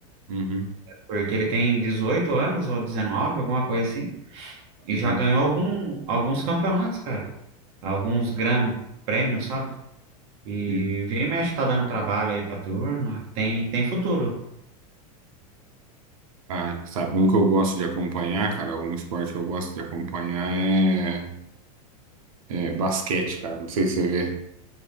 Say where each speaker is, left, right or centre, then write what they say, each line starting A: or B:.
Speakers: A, on the right (about 60°); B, on the right (about 30°).
A: Uhum,
B: Porque ele tem 18 anos ou 19, alguma coisa assim, e
A: uhum,
B: já ganhou algum, alguns campeonatos, cara. Alguns gran prêmios, sabe? E
A: uhum.
B: vira e mexe tá dando trabalho aí pra turma. Tem, tem futuro.
A: Ah, sabe, um que eu gosto de acompanhar, cara, um esporte que eu gosto de acompanhar é, é basquete, cara. Não sei se você vê.